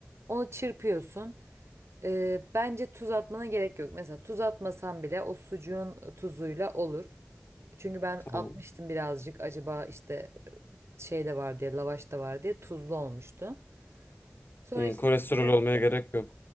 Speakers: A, on the right; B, on the left.
A: Onu çırpıyorsun. Ee, bence tuz atmana gerek yok. Mesela tuz atmasan bile o sucuğun tuzuyla olur. Çünkü ben
B: Tamam.
A: atmıştım birazcık acaba işte şey de var diye, lavaş da var diye tuzlu olmuştu. Sonra
B: Hmm,
A: içerisinde
B: kolesterol olmaya gerek yok.